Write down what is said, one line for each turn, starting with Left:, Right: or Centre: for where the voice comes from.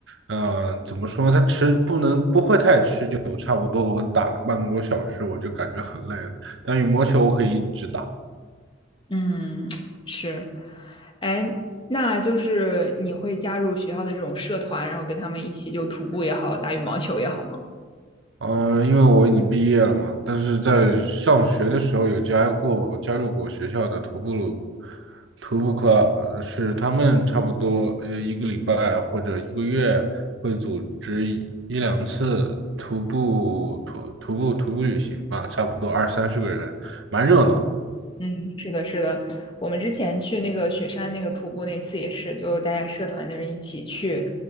Right: 嗯、怎么说呢？它持不能不会太持久，差不多我打个半个多小时我就感觉很累了。但羽毛球我可以一直打。
Left: 嗯，是。哎，那就是你会加入学校的这种社团，然后跟他们一起就徒步也好，打羽毛球也好吗？
Right: 嗯，因为我已经毕业了嘛，但是在上学的时候有加过加入过学校的徒步徒步 club，呃是他们差不多呃一个礼拜或者一个月会组织一一两次徒步徒徒步徒步旅行吧，差不多二三十个人，蛮热闹。
Left: 嗯，是的，是的，我们之前去那个雪山那个徒步那次也是，就大家社团的人一起去，